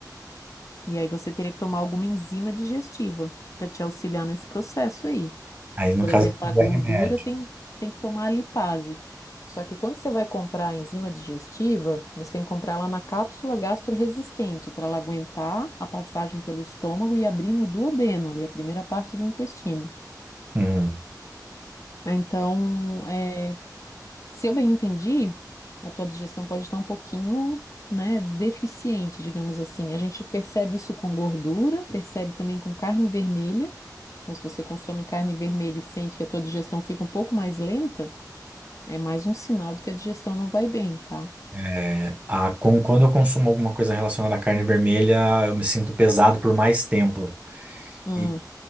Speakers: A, on the left; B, on the right.
A: E aí você teria que tomar alguma enzima digestiva para te auxiliar nesse processo aí.
B: Aí, no
A: Por
B: caso,
A: exemplo, para gordura
B: é remédio.
A: tem, tem que tomar a lipase. Só que quando você vai comprar a enzima digestiva, você tem que comprar ela na cápsula gastroresistente, para ela aguentar a passagem pelo estômago e abrir no duodeno, ali, a primeira parte do intestino.
B: Hum.
A: Então, é, se eu bem entendi, a tua digestão pode estar um pouquinho, né, deficiente, digamos assim. A gente percebe isso com gordura, percebe também com carne vermelha. Então, se você consome carne vermelha e sente que a tua digestão fica um pouco mais lenta, é mais um sinal de que a digestão não vai bem, tá?
B: É, A, com, quando eu consumo alguma coisa relacionada à carne vermelha, eu me sinto pesado por mais tempo.
A: Hum,
B: E